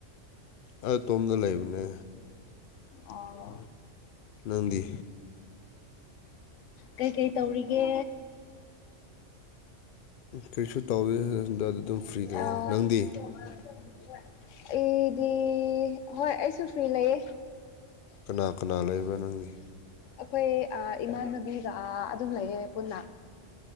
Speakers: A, on the left (about 60°); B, on the left (about 85°).
A: ꯑꯩ ꯑꯇꯣꯝꯗ ꯂꯩꯕꯅꯦ
B: ꯑꯣ
A: ꯂꯪꯗꯤ
B: ꯀꯩꯀꯩ ꯇꯧꯔꯤꯒꯦ
A: ꯀꯔꯤꯁꯨ ꯇꯧꯗꯦ ꯍꯟꯗꯛꯇꯤ ꯑꯗꯨꯝ ꯐ꯭ꯔꯤ ꯂꯩꯗ
B: ꯑ ꯑꯩꯗꯤ
A: ꯅꯪꯗꯤ
B: ꯍꯣꯏ ꯑꯩꯁꯨ ꯐ꯭ꯔꯤ ꯂꯩꯌꯦ
A: ꯀꯅꯥ ꯀꯅꯥ ꯂꯩꯕ ꯅꯪꯒꯤ
B: ꯑꯩꯈꯣꯏ ꯏꯃꯥꯟꯅꯕꯤꯒ ꯑꯗꯨꯝ ꯂꯩꯌꯦ ꯄꯨꯟꯅ